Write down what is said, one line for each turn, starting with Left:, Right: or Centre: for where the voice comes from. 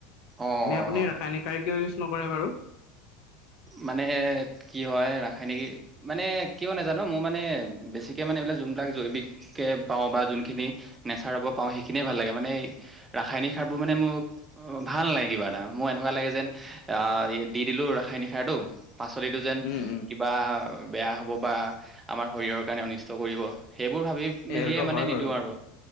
Right: অঁ
Left: এনে আপুনি
Right: অঁ
Left: ৰাসায়নিক কিয় ইউছ নকৰে বাৰু?
Right: মানে কি হয় ৰাসায়নিক মানে কিয় নাজানো মোৰ মানে বেছিকে মানে এইবিলাক যোনবিলাক জৈৱিক কে পাওঁ বা যোনখিনি নেচাৰৰ পৰা পাওঁ সেইখিনিয়ে ভাল লাগে মানে ৰাসায়নিক সাৰবোৰ মানে মো অ ভাল নাই কিবা এটা মোৰ এনেকুৱা লাগে যেন আহ দি দিলোঁ ৰাসায়নিক সাৰটো পাচলিটো যেন
Left: উম উম
Right: বা বেয়া হ'ব বা আমাৰ শৰীৰৰ কাৰণে অনিষ্ট কৰিব সেইবোৰ ভাবি
Left: এই
Right: মেলিয়ে
Left: সেইটোতো
Right: মানে
Left: হয়
Right: নিদো
Left: বাৰু
Right: আৰু।